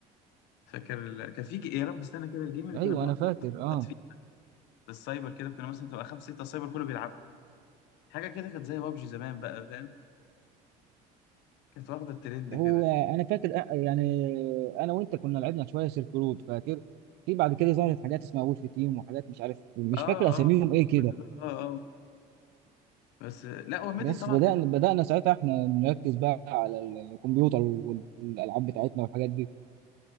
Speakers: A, on the left (about 80°); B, on the right (about 70°).
A: فاكر ال- كان في ج- يا رب استنى كده الجيم اللي
B: ايوه
A: كنا بنقعد
B: انا فاكر
A: نلعب
B: اه
A: فيه في السايبر كده كنا مثلا تبقى خمسة ستة سايبر كله بيلعبها حاجه كده كانت زي بابجي زمان بقى فاهم كانت واخده الترند كده
B: هو انا فاكر أ- يعني انا وانت كنا لعبنا شويه سيرك رود فاكر في بعد كده ظهرت حاجات اسمها وولف تيم وحاجات مش عارف مش
A: اه
B: فاكر اساميهم
A: اه
B: ايه كده
A: كل ده اه اه بس لا هو ميدل
B: بس
A: طبعا
B: بدانا
A: ميدل
B: بدانا ساعتها احنا نركز بقى على الكمبيوتر والالعاب بتاعتنا والحاجات دي